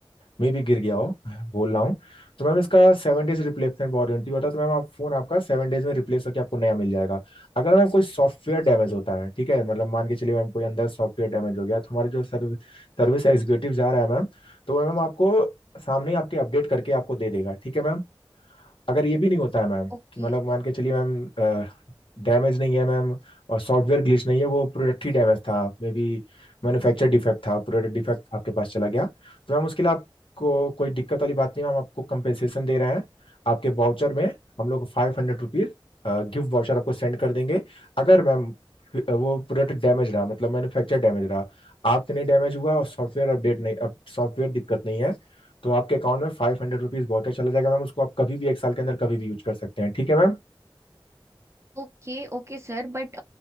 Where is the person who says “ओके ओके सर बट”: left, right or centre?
Right